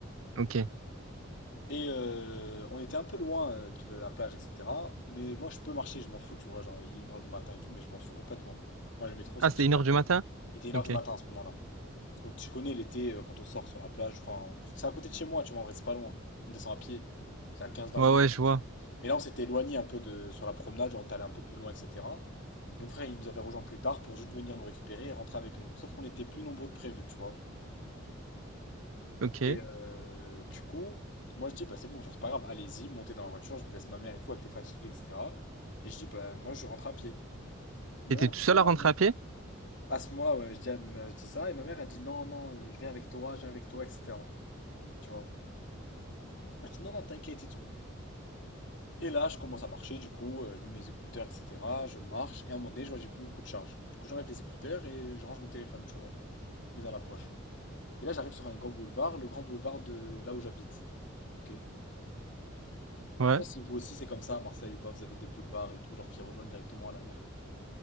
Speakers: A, on the right; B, on the left.
A: Ok.
B: Et euh, on était un peu loin euh, de la plage, etc. Mais moi, je peux marcher, je m'en fous, tu vois. Genre, il est une heure du matin et tout, mais je m'en fous complètement. Moi, j'aimais trop sortir
A: Ah, c'était une
B: la
A: heure du
B: nuit.
A: matin?
B: Il était une
A: Ok.
B: heure du matin
A: Ouais,
B: à ce moment-là. Parce que tu connais l'été, euh, quand on sort sur la plage, enfin, c'est à côté de chez moi, tu vois, on reste pas loin. On descend à pied. C'est à quinze vingt
A: ouais,
B: minutes.
A: je vois.
B: Mais là, on s'était éloigné un peu de, sur la promenade, genre, on est allé un peu plus loin, etc. Et mon frère, il nous avait rejoint plus tard pour juste venir nous récupérer et rentrer avec nous. Sauf qu'on était plus nombreux que prévu, tu vois.
A: Ok.
B: Et euh, du coup, moi je dis, bah c'est bon, genre c'est pas grave, allez-y, montez dans la voiture, je laisse ma mère et tout, elle était fatiguée, etc. Et je dis, bah moi je rentre à pied. Et
A: T'étais
B: ma mère elle
A: tout
B: dit,
A: seul
B: non,
A: à rentrer
B: non.
A: à pied?
B: À ce moment-là, ouais, je dis, à je dis ça, et ma mère elle dit, non, non, euh, je viens avec toi, je viens avec toi, etc. Tu vois. Moi je dis, non, non, t'inquiète et tout. Et là, je commence à marcher, du coup, euh, je mets mes écouteurs, etc. Je marche, et à un moment donné, je vois que j'ai plus beaucoup de charge. Du coup, j'enlève les écouteurs et je range mon téléphone, tu vois. Je mets dans la poche. Et là, j'arrive sur un grand boulevard, le grand boulevard de là où j'habite. Ok.
A: Ouais.
B: Je sais pas si vous aussi c'est comme ça à Marseille ou pas, vous avez des boulevards et tout, genre qui rejoignent directement à la mer.